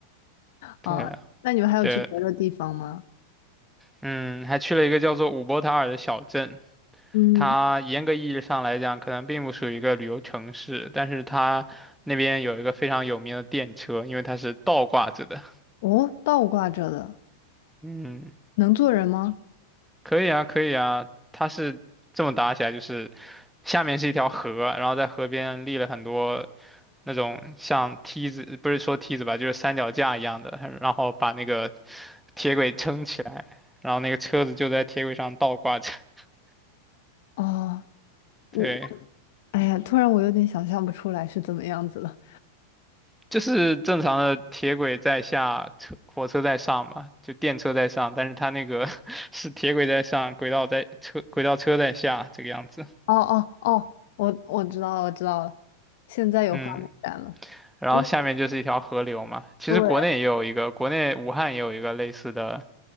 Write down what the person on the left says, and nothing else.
啊。那你们还有去别的地方吗？
嗯，
哦，倒挂着的，
能坐人吗？
哦，我，
哎呀，突然我有点想象不出来是怎么样子了。
哦哦哦，我我知道了，我知道了，现在有画面感了，
因为。
对。